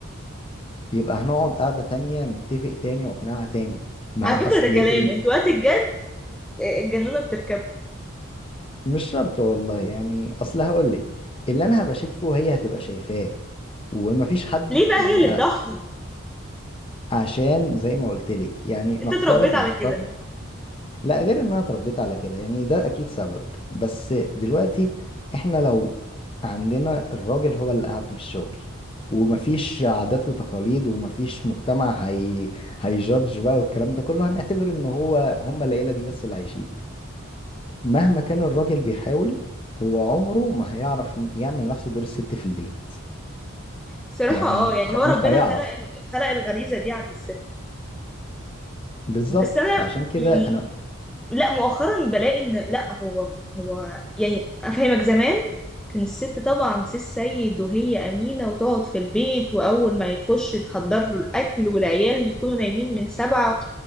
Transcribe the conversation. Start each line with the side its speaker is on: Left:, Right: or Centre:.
Left: يبقى هنقعد قعدة تانية نتفق تاني واقنعها تاني ما
Centre: على فكره
Left: اصل
Centre: ده كلام
Left: ال...
Centre: انتوا وقت الجد آه، الجنونه بتركبكم
Left: مش شرط والله يعني اصل هقولك اللي انا هبقى شايفه هي هتبقى شايفاه ومفيش حد
Centre: ليه بقى
Left: يعني
Centre: هي اللي
Left: ع-
Centre: تضحي
Left: عشان زي ما قلتلك يعني نفترض
Centre: انت اتربيت على
Left: نفترض
Centre: كده
Left: لا غير ان انا اتربيت على كده يعني ده اكيد سبب بس دلوقتي احنا لو عندنا الراجل هو اللي قاعد من الشغل ومفيش عادات وتقاليد ومفيش مجتمع هي هيجادج بقى والكلام ده كله هنعتبر ان هو هم العيلة دي بس اللي عايشين مهما كان الراجل بيحاول هو عمره ما هيعرف يعمل نفس دور الست في البيت
Centre: صراحة
Left: يعني
Centre: اه يعني
Left: خ...
Centre: هو ربنا
Left: مش هيعرف
Centre: خلق ال- خلق الغريزة دي عند الست
Left: بالظبط
Centre: بس انا
Left: فعشان كده
Centre: يعني
Left: انا
Centre: لا مؤخرا بلاقي ان لا هو هو يعني افهمك زمان كان الست طبعا سي السيد وهي امينه وتقعد في البيت واول ما يخش تحضر له الاكل والعيال يكونوا نايمين من سبعة